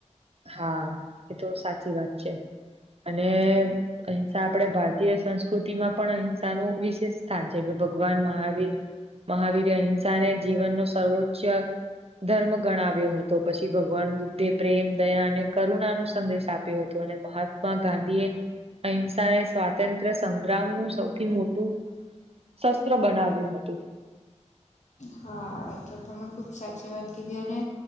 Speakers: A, on the right (about 55°); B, on the left (about 75°).
A: હા એ તો સાચી વાત છે અને અહિંસા આપડે ભારતીય સંસ્કૃતિ માં પણ અહિંસાનું વિશેષ સ્થાન છે કે ભગવાન મહાવીર મહાવીર અહિંસા ને જીવનનો સર્વોચ્ચ ધર્મ ગણાવ્યો હતો પછી ભગવાન બુદ્ધે પ્રેમ દયા અને કરુણા નો સંદેશ આપ્યો હતો અને મહાત્મા ગાંધી એ અહિંસાને સ્વાતંત્ર સંગ્રામ નું સૌથી મોટું શસ્ત્ર બનાવ્યું હતું
B: હા એ તો તમે ખૂબ સાચી વાત કીધી અને